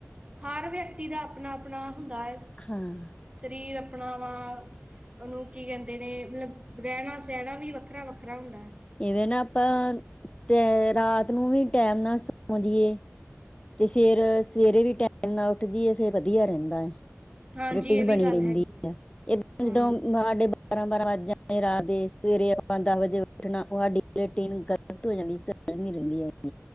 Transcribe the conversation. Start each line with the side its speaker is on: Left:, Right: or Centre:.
Right: ਹਰ ਵਿਅਕਤੀ ਦਾ ਆਪਣਾ- ਆਪਣਾ ਹੁੰਦਾ ਹੈ
Left: ਹਾਂ।
Right: ਸਰੀਰ ਅਪਣਾਵਾਂ ਉਹਨੂੰ ਕੀ ਕਹਿੰਦੇ ਨੇ ਮਤਲਬ ਰਹਿਣਾ- ਸਹਿਣਾ ਵੀ ਵੱਖਰਾ- ਵੱਖਰਾ ਹੁੰਦਾ ਹੈ।
Left: ਵੇਨ ਆਪਾਂ, ਟ ਰਾਤ ਨੂੰ ਵੀ ਟੈਮ ਨਾਲ ਸਮਝੀਏ। ਤੇ ਫੇਰ ਸਵੇਰੇ ਵੀ ਟੈਮ ਨਾਲ ਉੱਠ ਜਾਈਏ ਫੇਰ ਵਧੀਆ ਰਹਿੰਦਾ ਹੈ।
Right: ਹਾਂਜੀ
Left: ਰੋਟਿੰਣ
Right: ਇਹ ਵੀ
Left: ਬਣੀ
Right: ਗੱਲ
Left: ਰਹਿੰਦੀ
Right: ਹੈਗੀ ਹੈ
Left: ਆ। ਇਦ
Right: ਹਮ
Left: ਜਦੋਂ ਸਾਡੇ ਬਾਰਾਂ- ਬਾਰਾਂ ਵੱਜਦੇ ਰਾਤ ਦੇ। ਸਵੇਰੇ ਦਸ ਵਜੇ ਉੈਠਣਾ। ਉਹਡੀ ਸੱਤੋਂ ਜਾਂਦੀ ਗਰਮੀ ਰਹਿੰਦੀ ਹੈ।